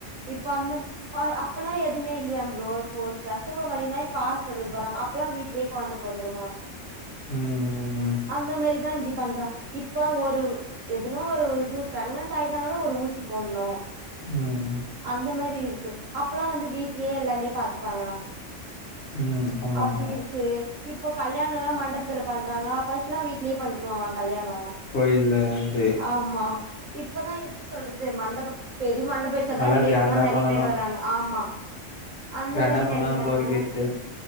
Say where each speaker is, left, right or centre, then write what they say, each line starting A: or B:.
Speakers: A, on the right (about 55°); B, on the left (about 65°).
A: இப்ப அந்த அப்பல்லாம் எதுவுமே இல்லையா ப்ரோ இப்ப ஒரு பிரசவ வழின்னா இப்ப ஆஸ் பிட்டல் போறங்க அப்பெல்லா வீட்லேயே குழந்தை பொறந்துருமா
B: ம் ம்
A: அந்த மாரி தான் இப்டி பண்றன் இப்ப ஒரு எதுனா ஒரு இது பிரெக்னன்ட் ஆயிட்டாங்களே ஒரு ஊசி போடணும்
B: ம் ம்
A: அந்த மாரி இரு இருக்கு அப்பல்லாம் வந்து வீட்லயே எல்லாமே பாத்துப்பாங்களாம்
B: ம் ம். ஆமா
A: அப்டி
B: ஆமா
A: இருக்கு இப்போ கல்யாணம் எல்லாம் மண்டபத்தில் பண்றாங்க பஸ்ட்லாம் வீட்லயே பண்ணருவாங்க கல்யணம் னு
B: கோயில்ல இது
A: ஆமா இப்பதான் எப்டி சொல்றது மண்டபம் பெரிய மண்டப வச்சாதான்
B: நல்லா
A: ரிலேட்டிவ்‌
B: கிராண்டா
A: எல்லாம் நிறைய
B: பண்ணனு
A: பேர் வராங்க ஆமா அந்த
B: கிராண்டா
A: மாரி
B: பண்ணா
A: நினைக்கிறாங்க
B: நம்ப ஒரு கெத்து